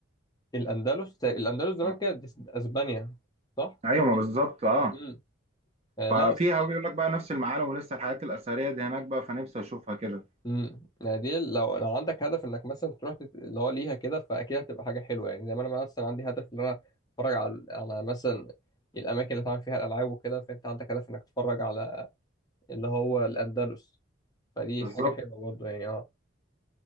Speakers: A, on the left; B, on the right.
A: الأندلس الأندلس زمان
B: آه.
A: كانت إسبانيا صح؟
B: ايوه ما بالظبط اه
A: امم آه
B: ففيها
A: لا
B: بيقول لك بقى نفس المعالم ولسه الحاجات الاثريه دي هناك بقى فنفسي اشوفها كده
A: امم يعني دي لو لو عندك هدف انك مثلا تروح تت... اللي هو ليها كده فاكيد هتبقى حاجه حلوه يعني زي ما انا مثلا عندي هدف ان انا اتفرج على على مثلا الاماكن اللي اتعمل فيها الالعاب وكده فانت عندك هدف انك تتفرج على اللي هو الاندلس فدي
B: بالظبط
A: حاجه حلوه برضه يعني اه